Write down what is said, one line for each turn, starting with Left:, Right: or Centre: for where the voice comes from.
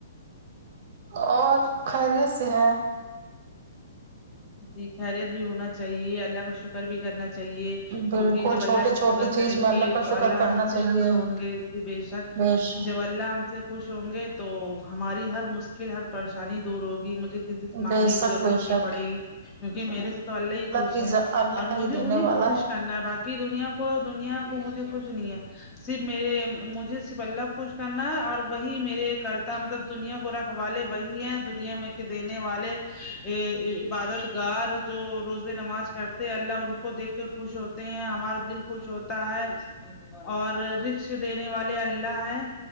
Right: اور خیریت سے ہیں
Left: جی خیریت بھی ہونا چاہیے اللہ کا شکر شکر بھی کرنا چاہیے
Right: بالکل
Left: کیونکہ جب اللہ
Right: چھوٹی
Left: کا
Right: چھوٹی
Left: شکر
Right: چیز
Left: کریں
Right: میں اللہ
Left: گے
Right: کا
Left: تو
Right: شکر
Left: اللہ
Right: کرنا
Left: ہم سے
Right: چاہیے
Left: خوش ہوں گے بے شک
Right: بیش
Left: و اللہ سے خوش ہوں گے تو ہماری ہر مشکل ہر پریشانی دور ہوگی مجھے کز مانگنے
Right: بے شک
Left: کی ضرورت
Right: بے
Left: نہیں
Right: شک
Left: پڑے گی کیونکہ میرے سے تو اللہ ہی خوش
Right: کی
Left: ہے
Right: اللہ
Left: اور
Right: ہی
Left: مجھے
Right: دینے
Left: انہیں
Right: والا
Left: کو خوش
Right: ہے
Left: کرنا باقی کہ دنیا کو دنیا کو مجھے کچھ نہیں ہے صرف میرے مجھے صرف اللہ خوش کرنا ہے اور وہی میرے کرتے مطلب دنیا کو رکھ والے وہی ہے دنیا میں دینے والے ا عبادت گاہ جو روزے نماز کرتے اللہ ان کو دیکھ کے خوش ہوتے ہیں ہمارا دل خوش ہوتا ہے اور رکش دینے والے اللہ ہے